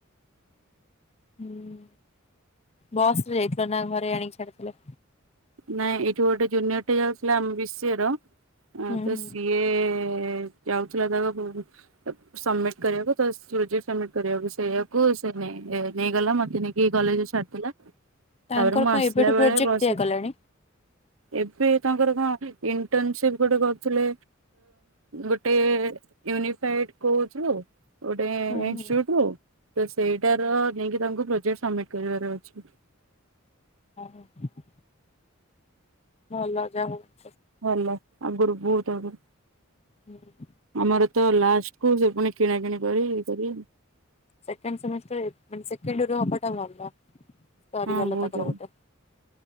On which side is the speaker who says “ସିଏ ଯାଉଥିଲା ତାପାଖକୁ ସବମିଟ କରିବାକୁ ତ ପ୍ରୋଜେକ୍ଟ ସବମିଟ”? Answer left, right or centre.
Right